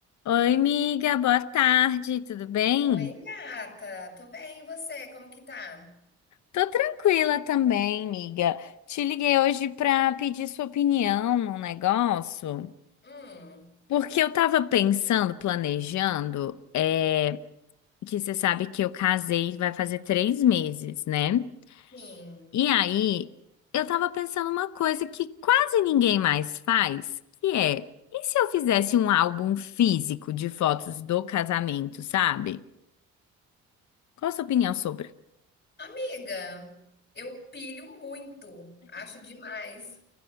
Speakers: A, on the left; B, on the left.
A: Oi, amiga. boa tarde, tudo bem?
B: Oi, gata. Tô bem, e você? Como que tá?
A: Tô tranquila também, amiga. Te liguei hoje pra pedir sua opinião num negócio,
B: Hum,
A: porque eu tava pensando, planejando, é, que você sabe que eu casei, vai fazer três meses, né?
B: sim.
A: E aí, eu tava pensando uma coisa que quase ninguém mais faz, que é, e se eu fizesse um álbum físico de fotos do casamento, sabe? Qual a sua opinião sobre?
B: Amiga, eu pilho muito. Acho demais.